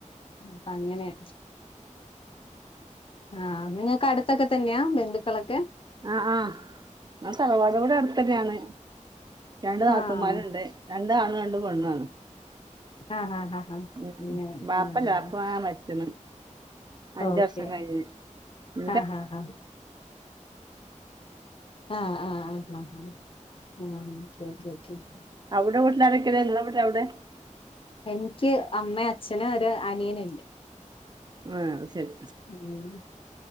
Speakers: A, on the left; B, on the right.
A: മ് പ്പ അങ്ങനനെയ ആഹ് നിങ്ങക്ക് അടുത്തൊക്കെ തന്നെയാ ബന്ധുക്കളൊക്കെ?
B: ആഹ് ആഹ് ഞങ്ങ സ്ഥലവാട് ഇവിടെ അടുത്തൊക്കെയാണ് രണ്ട് നാത്തൂന്മാരുണ്ട്
A: ആഹ്
B: രണ്ട് ആണ് രണ്ട് പെണ് ആണ്
A: ആഹ് ആഹ് ആഹ് ആഹ്
B: ഉ
A: അങ്ങനെ
B: ബാപ്പല്ല
A: ആഹ്
B: അപ്പ ആ മരിച്ചെന്നു അഞ്ചർഷം
A: ഓക്കെ
B: കഴിഞ്ഞ് <unintelligible>
A: ആഹ് ആഹ് ആഹ് ആഹ് ആഹ് ആഹ് ആഹ് ആഹ് <unintelligible>
B: അവിടെ വീട്ടില ആരൊക്കല്ല നിങ്ങടെ വീട്ട അവിടെ
A: എനിക്ക് അമ്മേം അച്ഛനും ഒരു അനിയനുണ്ട്
B: ആഹ് അയ് ശരി
A: ഉം